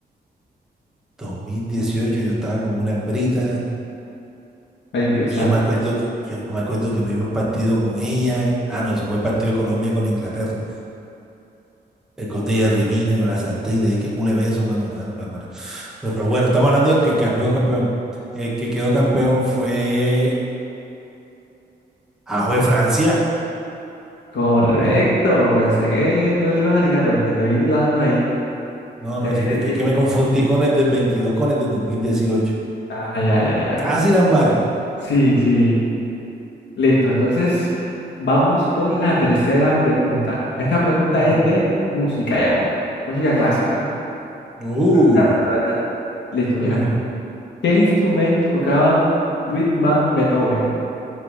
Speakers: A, in the centre; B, on the left (about 85°).
A: dos mil dieciocho yo estaba con una hembrita
B: Ay, Dios
A: y
B: santo.
A: yo me acuerdo que, yo me acuerdo que me vi un partido con ella. Ah, no, ese fue el partido de Colombia con Inglaterra. El gol de Jerry Mina, yo la salté y le di que cule beso cuando ganó. Bueno, Pero, pero bueno, estamos hablando de que campeón, campeón. El que quedó campeón fue a fue Francia.
B: Correcto, pensé que no le ibas a atinar, ¿viste? Te vi dudando ahí.
A: No,
B: Te
A: no,
B: viene
A: sí, porque
B: el tiempo.
A: es que me confundí con el del veintidós con el del 2018.
B: Ah, ya, ya, ya.
A: Casi la embarro.
B: Sí, sí. Listo, entonces vamos con la tercera pregunta. Esta pregunta
A: Ujú.
B: es de música ya, música clásica.
A: Uh,
B: No, ni tanto, la verdad. Listo, mira.
A: ujú.
B: ¿Qué instrumento tocaban Ludwig van Beethoven?